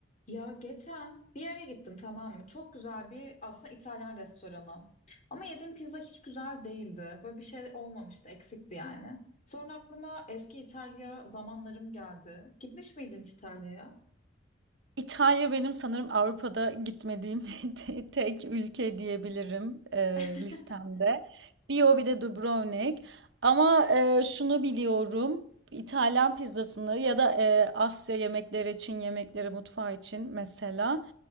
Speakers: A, on the left; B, on the right.
A: Ya geçen bir yere gittim tamam mı? Çok güzel bir aslında İtalyan restoranı. Ama yediğim pizza hiç güzel değildi. Böyle bir şey olmamıştı, eksikti yani. Sonra aklıma eski İtalya zamanlarım geldi. Gitmiş miydin hiç İtalya'ya?
B: İtalya benim sanırım Avrupa'da gitmediğim <laughs> te- tek ülke diyebilirim eee,
A: <laughs>
B: listemde. Bir o bir de Dubrovnik. Ama eee, şunu biliyorum. İtalyan pizzasını ya da eee, Asya yemekleri, Çin yemekleri mutfağı için mesela